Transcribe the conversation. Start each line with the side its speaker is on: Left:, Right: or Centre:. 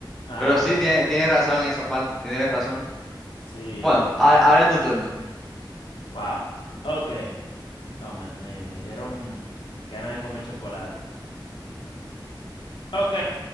Left: Ajá,
Centre: Pero sí,
Left: ajá.
Centre: tiene- tienes razón en esa parte, tienes razón.
Left: Sí,
Centre: Bueno, a- ahora es tu turno.
Left: wow. Ok. Oh, me, me- me dieron ganas de comer chocolate. Ok,